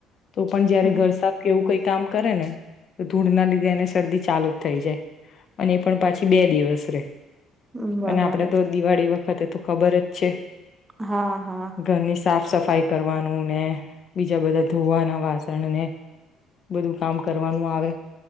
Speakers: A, on the left (about 45°); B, on the right (about 20°).
A: તો પણ જયારે
B: હમ
A: ઘર સાફ કેવું કઈ. કામ કરે ને. તો ધૂણ ના લીધેને. શરદી ચાલુ જ થઈ જાય અને એ પણ પાછી બે દિવસ રે.
B: હમ બરાબર
A: અને આપડે તો દિવાળી વ. વખતે તો ખબર જ છે.
B: હા હા.
A: ઘરની સાફ સફાઈ કરવાનું ને બીજા બધા ધોવાના વાસણ ને બધું કામ કરવાનું આવે.